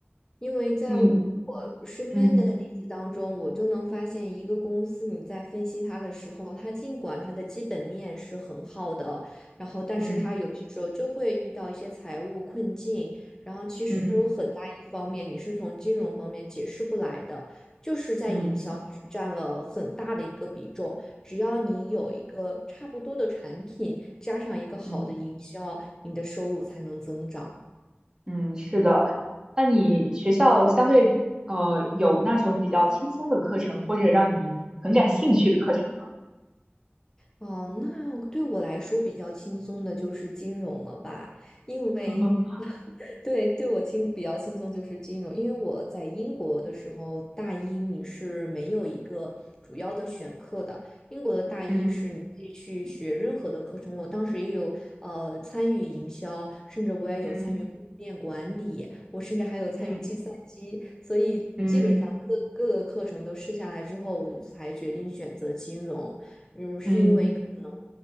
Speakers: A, on the left; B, on the right.
A: 因为在我我身边的例子当中，
B: 嗯嗯
A: 我就能发现一个公司，你在分析它的时候，它尽管它的基本面是很好的，然后但是它有些时候就会遇到一些财务困境，
B: 嗯
A: 然后其实有很大一方面你是从金融方面解释不来的，
B: 嗯
A: 就是在营销它是占了很大的一个比重。
B: 嗯嗯。
A: 只要你有一个差不多的产品，加上一个好的营销，
B: 嗯
A: 你的收入才能增长。
B: 嗯，是的。那你学校相对呃有那种比较轻松的课程，或者让你很感兴趣的课程
A: 哦，那对我来说比较轻松的就是金融了吧，因为，
B: 吗？<laughs>
A: 对，对我轻比较轻松就是金融，因为我在英国的时候，大一你是没有一个主要的选课的。英国的大一是你可以去学任何的课程，
B: 嗯
A: 我当时也有呃参与营销，甚至我也有参与供应链管理，
B: 嗯
A: 我甚至还有参与计算机，
B: 嗯
A: 所以基本上各各个课程都试下来之后，
B: 嗯
A: 我才决定选择金融。嗯，是因为可能
B: 嗯